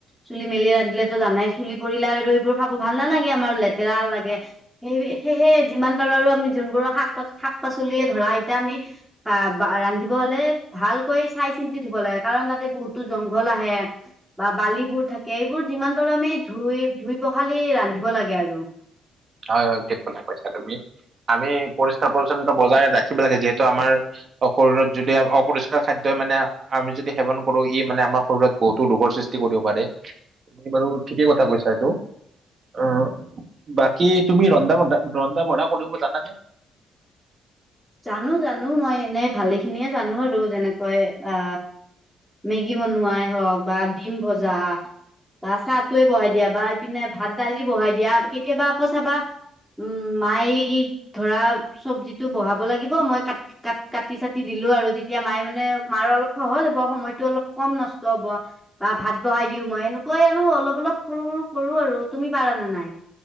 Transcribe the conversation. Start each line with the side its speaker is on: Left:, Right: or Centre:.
Centre: চুলি মেলি ৰান্ধিলেতো জানাই পৰিল আৰু এইবোৰ খাব ভাল নালাগে, আমাৰ লেতেৰাও লাগে। সেই সেয়েহে যিমান পাৰো আৰু আমি যোনবোৰ শাকা শাক পাচলিয়ে ধৰা এতিয়া আমি আহ বা ৰান্ধিব হ'লে ভালকৈ চাই চিন্তি ধুব লাগে, কাৰণ তাতে বহুতো জংঘল আহে বা বালিবোৰ থাকে। এইবোৰ যিমান পাৰো আমি ধুই ধুই পখালি ৰান্ধিব লাগে আৰু।
Right: হয়, হয় ঠিক কথা কৈছা তুমি, আমি পৰিষ্কাৰ পৰিচ্ছন্নতা বজাই ৰাখিব লাগে। যিহেতু আমাৰ ত' শৰীৰত যদি অপৰিষ্কাৰ খাদ্যই মানে আমি যদি সেৱন কৰো ই মানে আমাৰ শৰীৰত বহুতো ৰোগৰ সৃষ্টি কৰিব পাৰে। তুমি বাৰু ঠিকেই কথা কৈছা এইটো। অ' বা কি তুমি ৰন্ধা বন্ধা ৰন্ধা বঢ়া জানা নে?
Centre: জানো জানো মই এনেই ভালেখিনিয়ে জানো আৰু, যেনেকৈ আ মেগী বনোৱাই হওঁক বা ডিম ভজা বা চাহটোৱে বহাই দিয়া বা ইপিনে ভাত দালি বহাই দিয়া কেতিয়াবা আকৌ চাবা উম মাই ধৰা চব্জিটো বহাব লাগিব, মই কাট কাট কাটি চাটি দিলো আৰু, তেতিয়া মায়ে মানে মাৰ অলপ সহজ হ'ব সময়টো অলপ কম নষ্ট হ'ব। বা ভাত বহাই দিওঁ, মই এনেকুৱাই আৰু অলপ অলপ সৰু সৰু কৰো আৰু। তুমি পাৰা নে নাই?